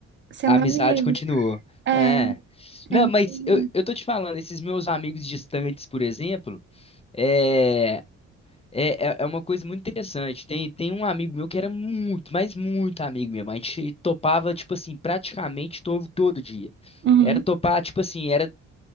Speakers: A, on the right; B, on the left.
A: sendo
B: A amizade
A: amigos.
B: continuou.
A: É,
B: É. Não,
A: é muito.
B: mas eu, eu tô te falando, esses meus amigos distantes, por exemplo, é, é, é é uma coisa muito interessante. Tem, tem um amigo meu que era muito, mas muito amigo mesmo. A gente topava, tipo assim, praticamente todo, todo dia.
A: Uhum.
B: Era topar, tipo assim, era